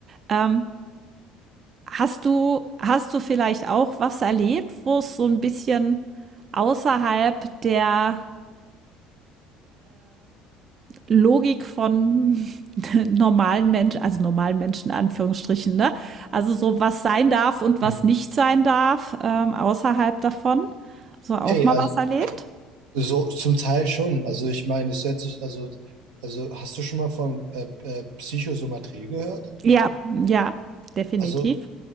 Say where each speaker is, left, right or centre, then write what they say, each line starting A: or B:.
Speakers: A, on the right; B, on the right.
A: ähm, hast du, hast du vielleicht auch was erlebt, wo es so ein bisschen außerhalb der Logik von <laughs> normalen Menschen, also normalen Menschen in Anführungsstrichen, ne? Also so was sein darf und was
B: Mhm.
A: nicht sein darf, ähm, außerhalb davon. So auch
B: Hey,
A: mal
B: also
A: was erlebt?
B: so zum Teil schon. Also ich meine, es hört sich, also, also hast du schon mal von äh, äh, Psychosomatrie gehört?
A: Ja, ja, definitiv.
B: Also